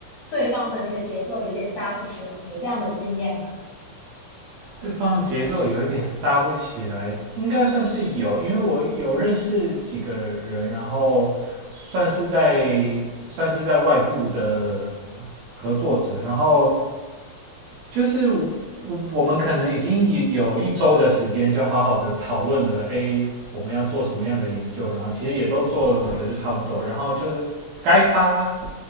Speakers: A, on the left (about 65°); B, on the right (about 75°).
A: 对方的那个节奏有点搭不起来，有这样的经验吗？
B: 对方节奏有一点搭不起来，应该算是有，因为我有认识几个人，然后算是在算是在外部的合作者，然后就是我我们可能已经有一周的时间，就好好的讨论了 A 我们要做什么样的研究，然后其实也都做的就差不多，然后就是该他